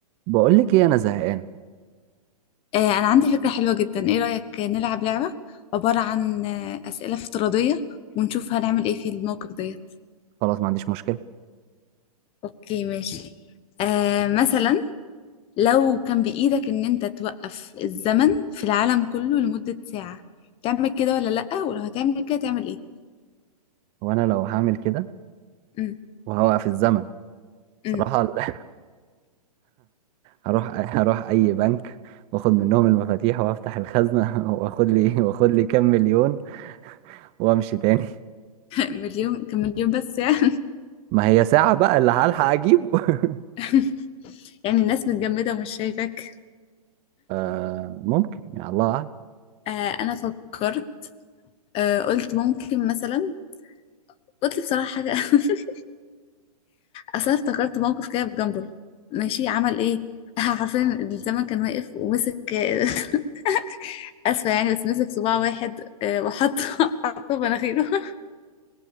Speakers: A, on the right; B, on the left.
A: بقول لك ايه انا زهقان
B: آه، أنا عندي فكرة حلوة جدا إيه رأيك نلعب لعبة عبارة عن آه، أسئلة افتراضية ونشوف هنعمل إيه في الموقف ديت
A: خلاص ما عنديش مشكله
B: أوكي ماشي آه مثلا لو كان بإيدك إن أنت توقف الزمن في العالم كله لمدة ساعة تعمل كده ولا لأ ولو هتعمل كده تعمل إيه؟
A: وانا لو هعمل كده
B: أم،
A: وهوقف الزمن صراحه
B: أم.
A: <laughs> ال- هروح هروح اي بنك واخد منهم المفاتيح وافتح الخزنه <laughs> واخد لي واخد لي كام مليون وامشي تاني
B: <laughs> مليون كان مليون بس يعني
A: ما هي ساعه بقى اللي هلحق اجيبه <laughs>
B: <laughs> يعني الناس متجمدة ومش شايفاك
A: آه ممكن يا الله أعلم.
B: آه أنا فكرت آه قلت ممكن مثلا قلت بصراحة حاجة <laughs> اصل أنا افتكرت موقف كده في جنبل ماشي عمل ايه <laughs> آه، عارفين الزمن كان واقف ومسك آه، <laughs> اسفه يعني بس مسك صباع واحد آه، وحط <laughs> حطه في مناخيره <laughs>